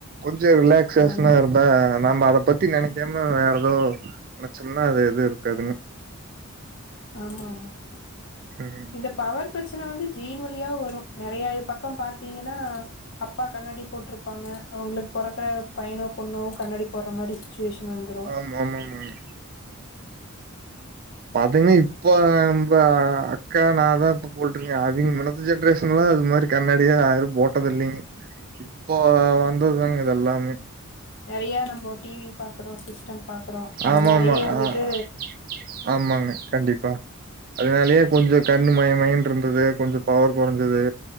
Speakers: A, on the right; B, on the left.
A: கொஞ்சோ ரிலாக்ஸ் சேசனா
B: ஆமா
A: இருக் இப்ப நாம அத பத்தி நெனைக்காம வேற ஏதோ நெனைச்சோம்னா அது எது இருக்காதுன்னு
B: ஆமாமா ஆமா
A: ம்
B: இந்த பவர் பிரச்சன வந்து ஜின் வழியாவு வரு நறைய இது பக்கோ பாத்தீங்கன்னா அப்பா கண்ணாடி போட்ருப்பாங்க அவங்களுக்கு பொறக்குற பையனோ பொண்ணோ கண்ணாடி போடற மாரி சுச்சுவேஷன் வந்துரும்
A: ஆமா ஆமா ஆமாமாங்க அதயுமே இப்போ நம்ப அக்கா நாதா போட்ருங்க அதுங்க நெனச்சிட்ருக்குங்க அது மாரி கண்ணாடியா யாரு போட்டதில்லைங்க இப்போ வந்தது தாங்க இதெல்லாமே
B: நெறையா நம்ம டி வி பாக்குறோ சிஸ்டோ பாக்குறோ அதனாலயே
A: ஆமா ஆமா
B: வந்துட்டு
A: அ ஆமாங்க கண்டிப்பா அதனாலயே கொஞ்சோ கண்ணு மயமயன்னுருந்தது கொஞ்சோ பவர் கொறைஞ்சது